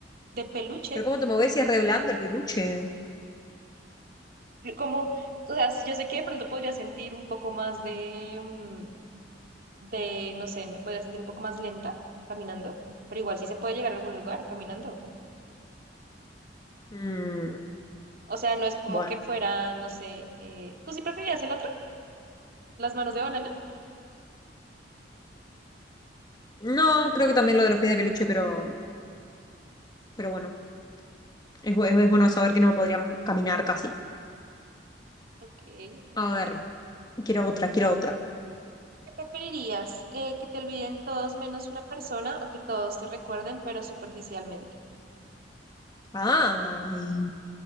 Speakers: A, on the right; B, on the left.
A: de peluche.
B: ¿Pero cómo te movés si es re blando el peluche?
A: Como, o sea, yo sé que de pronto podría sentir un poco más de, mm, de, no sé, me podría sentir un poco más lenta caminando, pero igual sí se puede llegar a algún lugar caminando.
B: Mm,
A: O sea, no es como
B: bueno.
A: que fuera, no sé, eh, ¿tú sí preferirías el otro? ¿Las manos de banana?
B: No, creo que también lo de los pies de peluche, pero, pero bueno. Es, bu- es- es bueno saber que no podrían caminar casi.
A: Ok, ok.
B: A ver, quiero otra, quiero otra.
A: ¿Qué preferirías? Eh, ¿que te olviden todos menos una persona o que todos te recuerden, pero superficialmente?
B: Ay.